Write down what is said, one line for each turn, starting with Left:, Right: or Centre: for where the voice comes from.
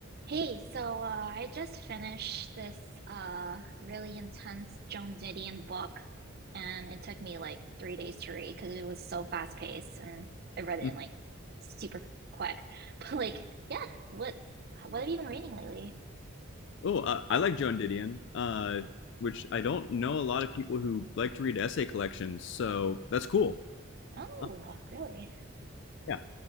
Right: Hey, so uh, I just finished this uh, really intense Joan Didion book, and it took me like three days to read because it was so fast paced, and I read it
Left: Mm.
Right: in like super quick. <laughs> But like, yeah, what what have you been reading lately?
Left: Oh, uh, I like Joan Didion, uh, which I don't know a lot of people who like to read essay collections, so that's cool.
Right: Oh,
Left: Um,
Right: really?
Left: yeah.